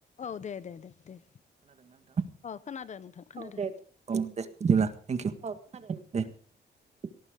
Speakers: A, on the left; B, on the right.
A: औ दे दे दे दे
B: औ
A: खोनादो नोंथां खोनादो
B: दे दे औ दे बिदिब्ला थेंक इउ औ दे <inaudible>